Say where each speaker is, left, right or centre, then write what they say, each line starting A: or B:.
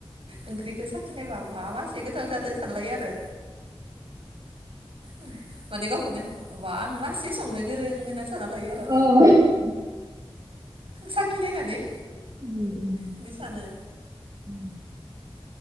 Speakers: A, on the right (about 65°); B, on the right (about 40°).
A: ओंग्रिखौ सा खिनायबा बा मासे गोथाव जादो सानलायो आरो उ माने गावखौनो बा आं मासे संनो गोरों होनना सानना
B: औ
A: लायो आरो साखि नायनानै
B: उ उ
A: बिदि सानो
B: उ